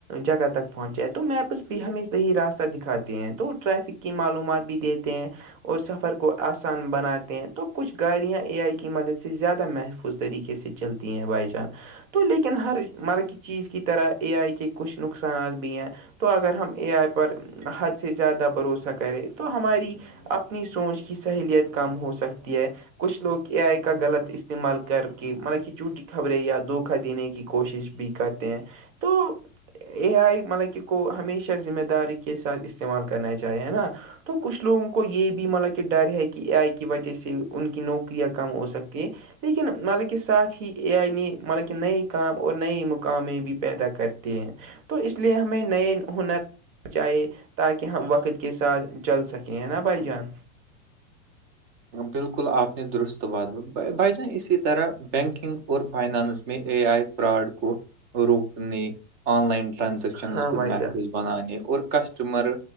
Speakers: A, on the right (about 60°); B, on the right (about 25°).
A: جگہ تک پہنچے تو میپس بھی ہمیں صحی راستہ دکھاتے ہیں تو ٹریفک کی معلومات بھی دیتے ہیں اور سفر کو آسان بناتے ہیں تو کچھ گاڑیاں اے آئی کی مدد سے زیادہ محفوظ اس طریقے سے چلتی ہیں بائی چانس تو لیکن ہر مطلب کی چیز کی طرح اے آئی کے کچھ نقصانات بھی ہیں تو اگر ہم اے آئی پر حد سے زیادہ بھروسہ کریں تو ہماری اپنی سوچ کی سہلیت کم ہو سکتی ہے کچھ لوگ اے آئی کا غلط استعمال کر کے مطلب کہ جھوٹی خبریں یا دھوکا دینے کی کوشش بھی کرتے ہیں تو اے آئی مطلب کہ کو ہمیشہ ذمہ داری کے ساتھ استعمال کرنا چاہیے نا تو کچھ لوگوں کو یہ بھی مطلب کہ ڈر ہے کہ ا آئی کی وجہ سے ان کی نوکریاں کم ہو سکتی ہیں لیکن مال کے ساتھ ہی اے آئی نے مال کے نئے کام اور نئے مقامے بھی پیدا کرتے ہیں تو اس لیے ہمیں نئے ہنر چاہے تاکہ ہم وقت کے ساتھ چل سکیں نا بھائی جان
B: بالکل آپ نے درست بات بھ جان اسی طرح بینکنگ اور فائنانس میں اے آئی فراڈ کو روکنے آن لائن ٹرانزیکشنز
A: ہاں
B: کو
A: بھائی
B: محفوظ
A: جان
B: بنانانیے اور کسٹمر